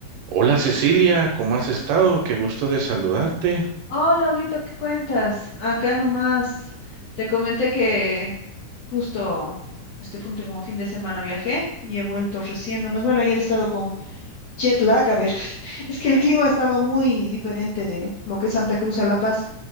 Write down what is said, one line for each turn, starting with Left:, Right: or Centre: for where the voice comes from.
Right: Hola Cecilia, ¿cómo has estado? Qué gusto de saludarte.
Left: Hola, Huguito, ¿qué cuentas? Acá nomás te comenté que justo este fue último fin de semana viajé y he vuelto recién nomás. Bueno, ayer he estado con jet lag, a ver, <laughs> es que el clima ha estado muy diferente de lo que es Santa Cruz a La Paz.